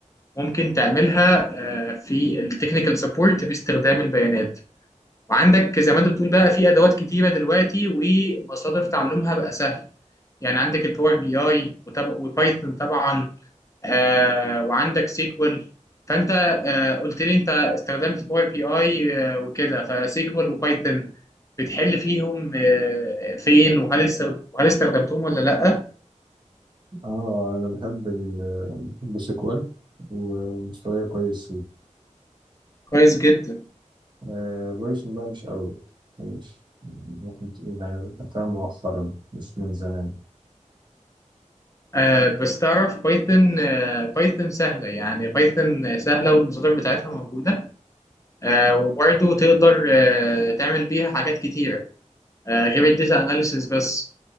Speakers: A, on the left; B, on the right.
A: ممكن تعملها آه، في التكنيكال سبورت باستخدام البيانات وعندك زي ما انت بتقول بقى في ادوات كتيره دلوقتي ومصادر تعلمها بقى سهل يعني عندك الباور بي اي وبايثون طبعا آه وعندك سيكوال فانت آه قلت لي انت استخدمت باور بي اي آه وكده فسيكوال وبايثون بتحل فيهم آه فين وهل است- وهل استخدمتهم ولا لا
B: اه أنا بحب ال بحب سيكوال ومستواي كويس
A: كويس جدا
B: آه، بايثون بقى مش قوي مش ممكن تقول يعني ذاكرتها مؤخرا مش من زمان
A: آه بس تعرف بايثون آه بايثون سهله يعني بايثون سهله والمصادر بتاعتها موجوده آه، وبرضه تقدر آه، تعمل بيها حاجات كتيرة آه، غير الداتا اناليسيس بس